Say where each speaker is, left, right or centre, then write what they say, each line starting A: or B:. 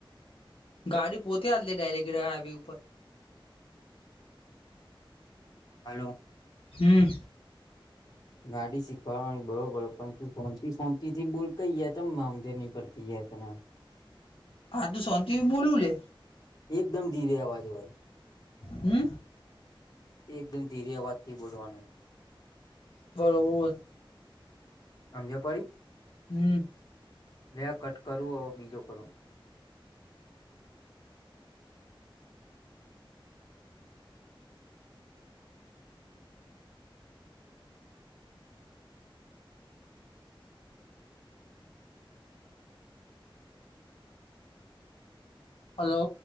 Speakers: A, on the left; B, on the left.
A: ગાડી પોતે હ દે ડાયરેક હાઈવે ઉપર
B: હાલો
A: હમ
B: ગાડી શીખવા બરો બોલો પણ તું શોંતિ શોંતતી થી બોલ કહી ત આમજર નહી પડતી જ તના
A: હા તું શંતિ મોળ ઉલે
B: એકદમ ધીરે અવાજ હોય
A: હમ
B: એ એકદમ ધીર અવાજ થી બોલવાનું
A: બરોબરર
B: આમજ પડી
A: હમ
B: બે કટ કરું બીજો કરું
A: હલો